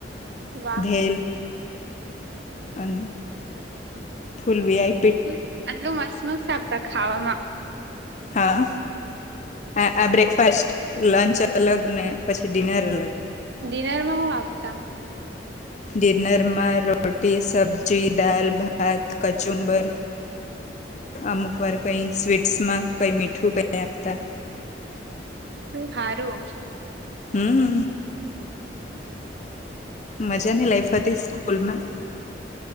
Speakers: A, on the right (about 65°); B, on the left (about 40°).
A: વાહ
B: ભેલ, અને ફૂલ વિઆઈ
A: આટલું આટલું મસ્ત મસ્ત આપતા ખાવામા?
B: હા આ બ્રેકફાસ્ટ, લંચ અલગ ને પછી ડિનર અલગ.
A: ડિનરમાં હું આપતા?
B: ડિનરમાં રોટી, સબ્જી, દાલ, ભાત, કચુંબર અમુક વાર કઈ સ્વીટ્સમાં કઈ મીઠું કઈ આપતા.
A: હારો,
B: હમમ મજાની લાઈફ હતી સ્કૂલમાં,